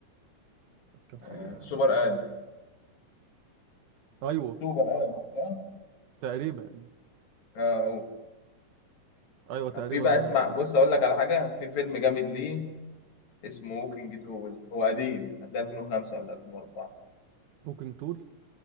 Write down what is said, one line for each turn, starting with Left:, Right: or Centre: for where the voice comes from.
Right: كان
Left: آه،
Right: حاجة
Left: سوبر اد
Right: ايوه
Left: سوبر ادم صح؟
Right: تقريبا
Left: اه هو.
Right: ايوه
Left: كان
Right: تقريبا
Left: في بقى
Right: هو
Left: اسمع
Right: اسمه
Left: بص
Right: ده.
Left: اقول لك على حاجه في فيلم جامد ليه اسمه ووكينج تول هو قديم هتلاقيه 2005 ولا 2004
Right: ووكينج تول